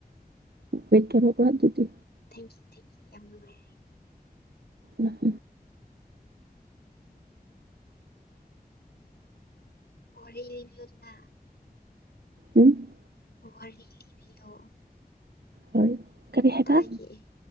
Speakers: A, on the right; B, on the left.
A: ꯋꯤ ꯀꯦꯅꯣꯠ ꯗꯋꯥꯟꯗꯨꯗꯤ
B: ꯊꯦꯡꯀꯤ ꯌꯥꯝ ꯅꯨꯡꯉꯥꯏꯔꯦ
A: ꯎꯝꯝ
B: ꯋꯥꯔꯤ ꯂꯤꯑꯣꯗꯅ
A: ꯎꯝ
B: ꯋꯥꯔꯤ ꯂꯤꯕꯤꯌꯣ
A: ꯍꯣꯏ ꯀꯔꯤ ꯍꯥꯏꯕ
B: ꯇꯥꯏꯈꯤꯑꯦ